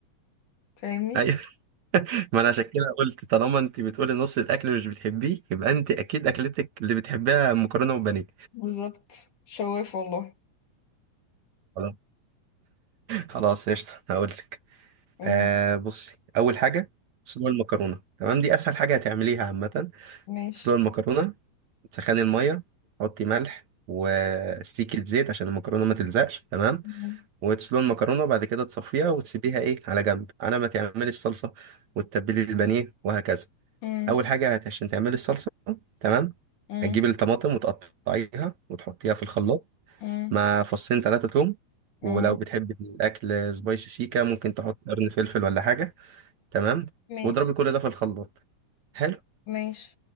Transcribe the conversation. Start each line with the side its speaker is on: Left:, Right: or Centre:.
Left: فاهمني
Right: أيوه <laughs> ما أنا عشان كده قلت طالما أنت بتقولي نص الأكل مش بتحبيه يبقى أنت أكيد أكلتك اللي بتحبيها مكرونة وبانيه
Left: بالظبط شواف والله
Right: خلاص خلاص قشطة هقولك
Left: امم
Right: آه بصي أول حاجة سلو المكرونة تمام دي أسهل حاجة هتعمليها عامة
Left: ماشي
Right: سلو المكرونة تسخني الميه حطي ملح وسيكة زيت عشان المكرونة ما تلزقش تمام
Left: امم
Right: وتسلقي المكرونة وبعد كده تصفيها وتسيبيها ايه على جنب على ما تعملي الصلصة وتتبلي البانيه وهكذا
Left: امم
Right: أول حاجة هت- عشان تعملي الصلصة تمام
Left: امم
Right: هتجيبي الطماطم وتقطعيها وتحطيها في الخلاط
Left: امم
Right: مع فصين ثلاثة توم
Left: امم،
Right: ولو بتحبي الأكل سبايسي سيكا ممكن تحطي قرن فلفل ولا حاجة تمام
Left: ماشي
Right: واضربي كل ده في الخلاط حلو
Left: ماشي